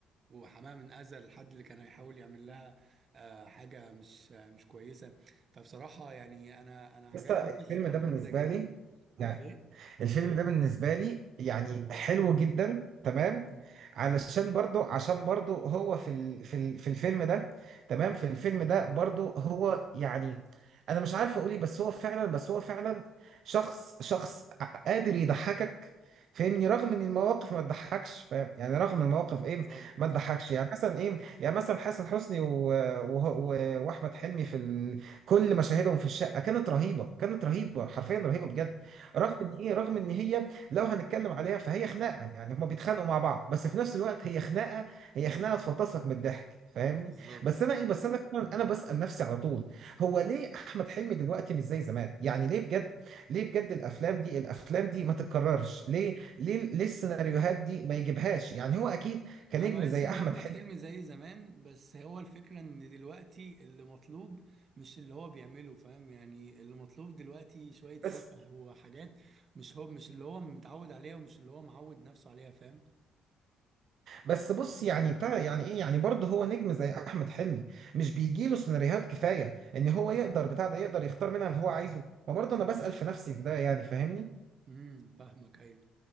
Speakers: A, on the right; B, on the right.
A: وحماها من اذى الحد اللي كان هيحاول يعمل لها آه، حاجه مش آه، مش كويسه فبصراحه يعني انا انا عجبني
B: بس الفيلم
A: قصه الفيلم
B: ده بالنسبه
A: ده جدا
B: لي يعني
A: ايه
B: الفيلم ده بالنسبة لي يعني حلو جدا تمام
A: مم.
B: علشان برضو عشان برضو هو في ال في ال في الفيلم ده تمام في الفيلم ده برضو هو يعني انا مش عارف اقولي بس هو فعلا بس هو فعلا شخص شخص ع- قادر يضحكك فاهمني رغم ان المواقف ما تضحكش فاهم يعني رغم إن المواقف
A: بالظبط
B: ايه ما تضحكش يعني مثلا ايه يعني مثلا حسن حسني و... و... و... واحمد حلمي في ال... كل مشاهدهم في الشقة كانت رهيبة كانت رهيبة حرفيا رهيبة
A: فاهمك
B: بجد رغم ان ايه رغم ان هي لو هنتكلم عليها فهي خناقه يعني هما بيتخانقوا مع بعض بس في نفس الوقت هي خناقه هي خناقه تفطسك من الضحك فاهمني
A: بالظبط
B: بس انا ايه بس انا فعلاً انا بسال نفسي على طول هو ليه احمد حلمي دلوقتي مش زي زمان يعني ليه بجد ليه بجد الافلام دي الافلام دي ما تتكررش ليه ليه ليه السيناريوهات دي ما يجيبهاش يعني هو اكيد كنجم
A: انا بحس
B: زي
A: ان
B: احمد
A: احمد
B: حلمي
A: حلمي زي زمان بس هو الفكره ان دلوقتي اللي مطلوب مش اللي هو بيعمله فاهم يعني اللي مطلوب دلوقتي شويه سفه
B: بس
A: وحاجات مش هو مش اللي هو متعود عليها ومش اللي هو معود نفسه عليها فاهم
B: بس بص يعني بتاع يعني ايه يعني برضه هو نجم زي احمد حلمي مش بيجي له سيناريوهات كفايه ان هو يقدر بتاع ده يقدر يختار منها اللي هو عايزه ما برضه انا بسأل في نفسي في ده يعني فاهمني
A: امم فاهمك ايوه